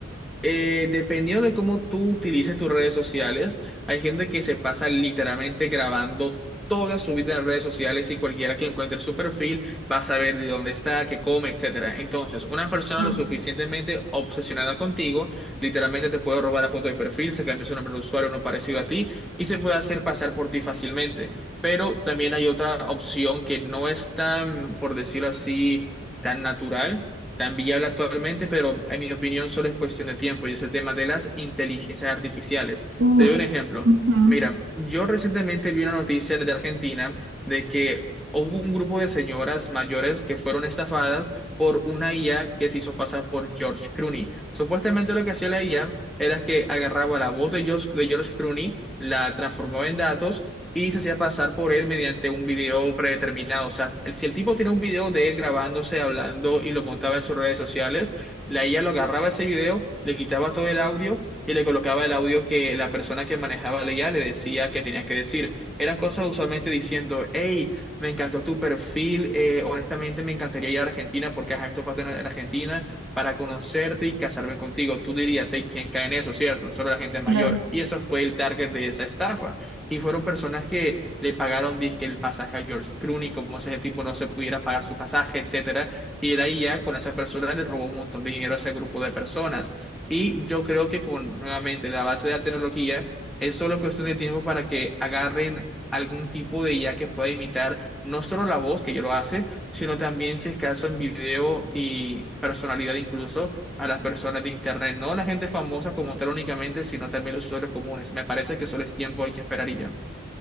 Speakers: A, in the centre; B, on the right.
A: eh, dependiendo de cómo tú utilices tus redes sociales, hay gente que se pasa literalmente grabando toda su vida en redes sociales y cualquiera que encuentre su perfil va a saber de dónde está, qué come, etcétera. Entonces, una persona
B: Ujú.
A: lo suficientemente obsesionada contigo, literalmente te puede robar la foto de perfil, se cambia su nombre de usuario, no parecido a ti y se puede hacer pasar por ti fácilmente. Pero también hay otra opción que no es tan, por decirlo así, tan natural tan viable actualmente, pero en mi opinión solo es cuestión de tiempo y es el tema de las inteligencias artificiales.
B: Uf,
A: Te doy un ejemplo.
B: ujú,
A: Mira, yo recientemente vi una noticia de Argentina de que hubo un grupo de señoras mayores que fueron estafadas por una IA que se hizo pasar por George Clooney. Supuestamente lo que hacía la IA era que agarraba la voz de George, de George Clooney, la transformaba en datos y se hacía pasar por él mediante un video predeterminado. O sea, el- si el tipo tiene un video de él grabándose, hablando y lo montaba en sus redes sociales, la IA lo agarraba ese video, le quitaba todo el audio y le colocaba el audio que la persona que manejaba la IA le decía que tenía que decir. Eran cosas usualmente diciendo, hey, me encantó tu perfil, eh, honestamente me encantaría ir a Argentina porque ajá, esto pasa en en Argentina para conocerte y casarme contigo. Tú dirías, hey, ¿quién cae en eso, cierto? Solo la gente mayor.
B: claro.
A: Y eso fue el target de esa estafa y fueron personas que le pagaron dizque el pasaje a George Clooney, como si ese tipo no se pudiera pagar su pasaje, etcétera, y de ahí ya con esas personas le robó un montón de dinero a ese grupo de personas. Y yo creo que con nuevamente la base de la tecnología es solo cuestión de tiempo para que agarren algún tipo de IA que pueda imitar no solo la voz, que ya lo hace, sino también si es caso en video y personalidad incluso a las personas de Internet, no la gente famosa como tal únicamente, sino también los usuarios comunes. Me parece que solo es tiempo, hay que esperar y ya.